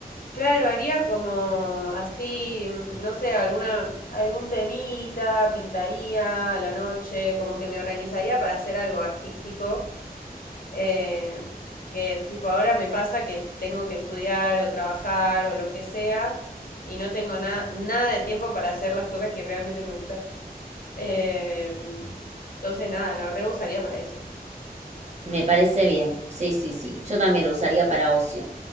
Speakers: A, on the left; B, on the right.
A: claro, haría como así, mm, no sé, alguna, algún temita, pintaría a la noche, como que me organizaría para hacer algo artístico. Eh, que tipo ahora me pasa que tengo que estudiar o trabajar o lo que sea y no tengo nada nada de tiempo para hacer las cosas que realmente me gustan. Eh, entonces nada, lo re usaría para eso.
B: Me parece bien, sí, sí, sí. Yo también lo usaría para ocio,